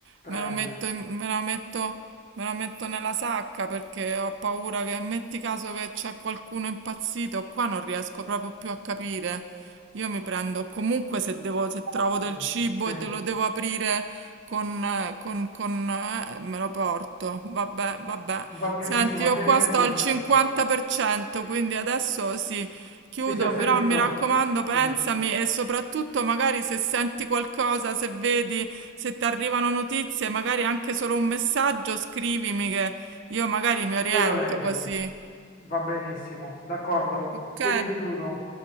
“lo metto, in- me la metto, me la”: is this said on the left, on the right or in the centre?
Right